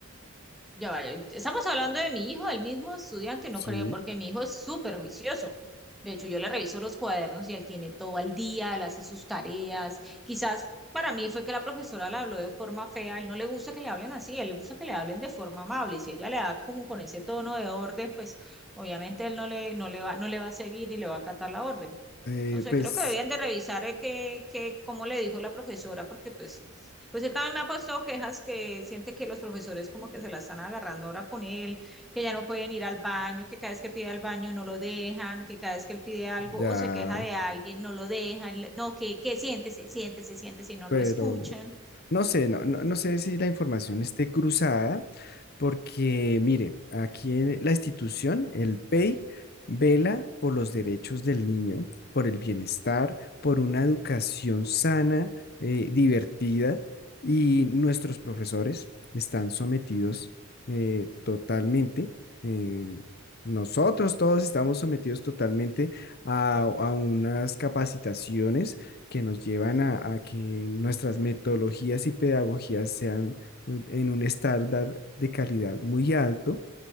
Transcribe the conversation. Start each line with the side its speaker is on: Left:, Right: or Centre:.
Centre: Ya vaya, estamos hablando de mi hijo, el mismo estudiante, no
Left: ¿sí?
Centre: creo, porque mi hijo es súper juicioso. De hecho, yo le reviso los cuadernos y él tiene todo al día, él hace sus tareas. Quizás para mí fue que la profesora le habló de forma fea, él no le gusta que le hablen así, él le gusta que le hablen de forma amable y si ella le da como con ese tono de orden, pues obviamente él no le, no le va, no le va a seguir ni le va a acatar la orden.
Left: Eh,
Centre: No sé,
Left: pues
Centre: creo que deberían de revisar eh, que, que, cómo le dijo la profesora, porque pues, pues él también me ha puesto quejas que siente que los profesores como que se la están agarrando ahora con él, que ya no pueden ir al baño, que cada vez que pide al baño no lo dejan, que cada vez que él pide algo
Left: ya,
Centre: o se queja de alguien, no lo dejan, le- no, que, que siéntese, siéntese, siéntese y no
Left: pero
Centre: lo escuchan.
Left: No sé, no, no, no sé si la información esté cruzada, porque mire, aquí en la institución, el PEI, vela por los derechos del niño, por el bienestar, por una educación sana, eh, divertida, y nuestros profesores están sometidos eh, totalmente, eh, nosotros todos estamos sometidos totalmente a, a unas capacitaciones que nos llevan a, a que nuestras metodologías y pedagogías sean en en un estándar de calidad muy alto